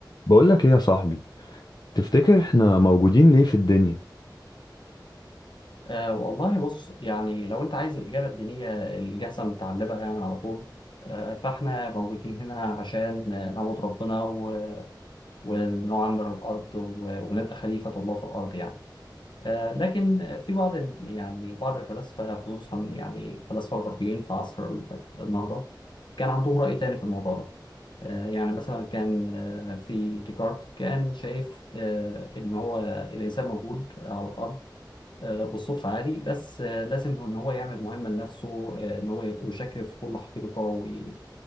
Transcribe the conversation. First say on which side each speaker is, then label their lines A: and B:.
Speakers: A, on the left (about 60°); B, on the left (about 75°).
A: بقولك ايه يا صاحبي تفتكر احنا موجودين ليه في الدنيا
B: أه والله بص يعني لو أنت عايز الإجابة الدينية الجاهزة المتعلبة يعني على طول أه فإحنا موجودين هنا عشان آه، نعبد ربنا و- ونعمر الأرض و- ونبقى خليفة الله في الأرض يعني أه لكن آه، في بعض ال- يعني بعض الفلاسفة خصوصا يعني الفلاسفة الغربيين في عصر ال- النهضة كان عندهم رأي تاني في الموضوع ده آه، يعني مثلا كان آه، في ديكارت كان شايف آه، إن هو الإنسان موجود على الأرض آه، بالصدفة عادي بس آه، لازم إن هو يعمل مهمة لنفسه آه، إن هو يشكك في كل حقيقة وي-